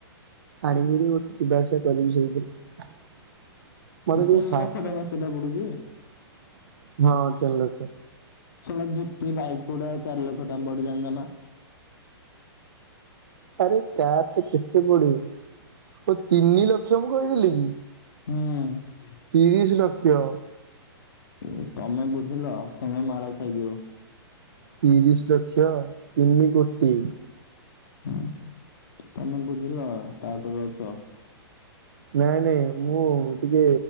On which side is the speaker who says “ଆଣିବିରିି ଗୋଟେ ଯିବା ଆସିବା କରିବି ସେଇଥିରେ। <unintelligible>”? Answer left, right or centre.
Right